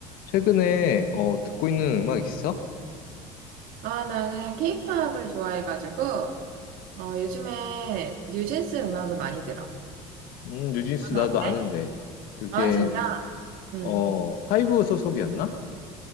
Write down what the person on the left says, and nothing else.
최근에 어, 듣고 있는 음악 있어?
음, 뉴진스
나도
아는데. 그게
어, 하이브 소속이었나?